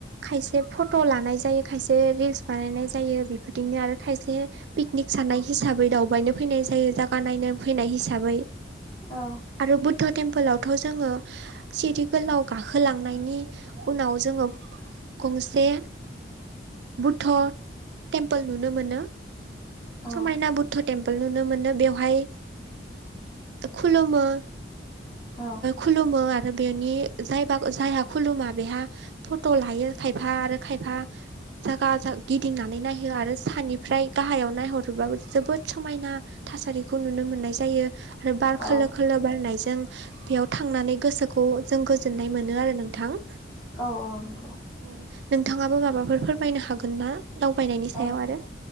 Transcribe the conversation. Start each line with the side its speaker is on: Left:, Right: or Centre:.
Right: खायसे फट' लानाय जायो खायसे रिल्स बानायनाय जायो बेफोरदिनो आरो खायसे पिकनिक सानाय हिसाबै दावबायनो फैनाय जायो जायागा नायनो फैनाय हिसाबै
Left: औ।
Right: आरो बुद्ध टेम्पोलावथ' जोङो सिरि गोलाव गाखोलांनायनि उनाव जोङो गंसे धह तेमपोल नुनो मोन
Left: औ
Right: समायना बुद्ध तेम्पोल नुनो मोनो बेयव हाय खुलुमो
Left: औ
Right: खुलुमो आरो बेनि ज जायहा खुलुमा बेहा फट' लायो खायफा आरो खायफा गाजा गिदिंनानै नायहो आरो सनिफ्राय गाहायाव नायहरबाबो जोबोद समायना थासारिखौ नुनो मोननाय जायो आरो बार
Left: औ
Right: खोलो खोलो बारनायजों बेयाव थांनानै गोसोखौ जों गोजोननाय मोनो आरो नोंथां।
Left: औ औ नंगौ।
Right: औ नोंथाङाबो माबाफोर फोरमायनो हागोन ना दावबायनायनि सायाव
Left: औ
Right: आरो